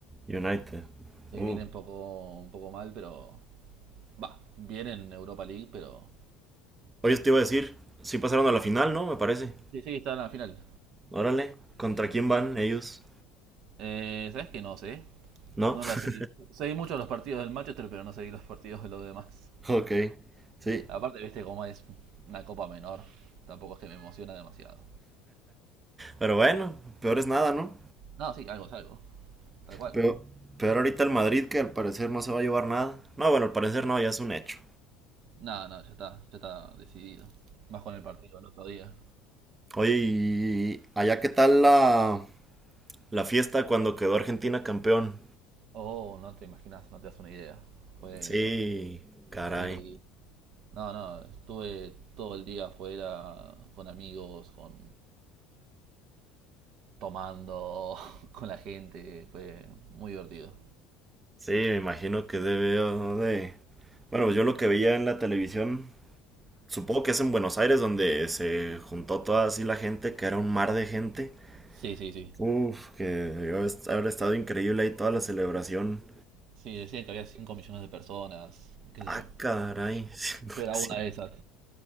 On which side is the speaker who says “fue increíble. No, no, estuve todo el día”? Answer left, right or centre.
Right